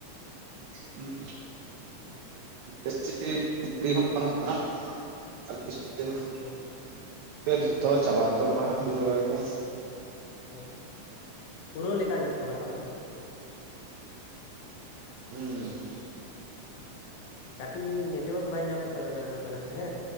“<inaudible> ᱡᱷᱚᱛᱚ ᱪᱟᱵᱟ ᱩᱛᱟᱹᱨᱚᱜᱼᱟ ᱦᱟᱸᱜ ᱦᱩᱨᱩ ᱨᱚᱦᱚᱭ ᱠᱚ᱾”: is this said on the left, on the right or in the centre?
Right